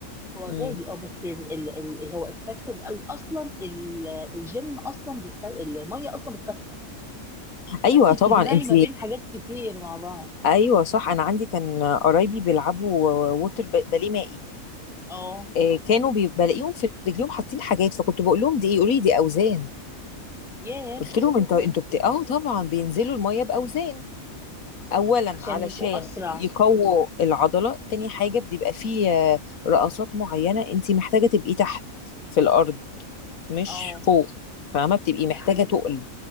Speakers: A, in the centre; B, on the left.
A: هو
B: مم.
A: غالي اه بس ال ال ال هو افكتيف قوي اصلا ال- الجيم اصلا بيخ... الميه اصلا بتخسس
B: ايوه
A: فانت بتجمعي
B: طبعا انت
A: ما بين حاجات كتير مع بعض
B: ايوه صح انا عندي كان قرايبي بيلعبوا ووتر ب- باليه مائي
A: اه
B: آه، كانوا بي- بلاقيهم في رجليهم حاطين حاجات فكنت بقول لهم دي ايه يقولوا لي دي اوزان
A: ياه
B: قلت لهم انتوا
A: كم
B: انتوا بت... اه طبعا بينزلوا الميه باوزان اولا
A: عشان
B: علشان
A: يبقوا اسرع
B: يقووا العضله تاني حاجه بيبقى فيه آه، رقصات معينه انت محتاجه تبقي تحت في الارض مش
A: اه
B: فوق فاهمه بتبقي محتاجه
A: فحاجه
B: تقل